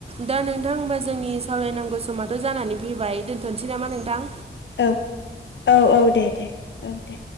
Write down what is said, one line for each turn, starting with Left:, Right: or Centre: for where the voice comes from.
Right: दा नोंथां होनबा जोंनि सावरायनांगौ समथ' जानानै फैबाय। दोनथ'नोसै नामा नोंथां?
Left: औ- औ -औ दे- दे औ दे।